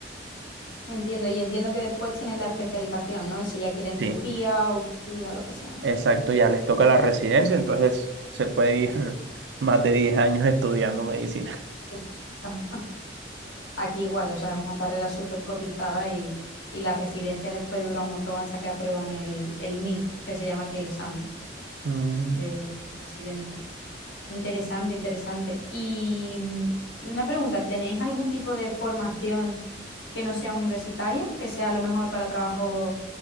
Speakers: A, on the left (about 80°); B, on the right (about 70°).
A: entiendo. Y entiendo que después tienen la especialización, ¿no? Si ya quieren
B: Sí,
A: cirugía, urología, lo que sea,
B: exacto,
A: ¿no?
B: ya les toca la residencia, entonces se puede ir <laughs> más de 10 años estudiando medicina.
A: Eso es- <laughs> Aquí igual, o sea, es una carrera súper cotizada y, y la residencia les puede durar un montón hasta que aprueban el, el MIR, que se llama aquí el examen
B: Mm,
A: de, de los residentes. Interesante, interesante. Y mm, una pregunta, ¿tenéis algún tipo de formación que no sea universitaria, que sea a lo mejor para trabajo...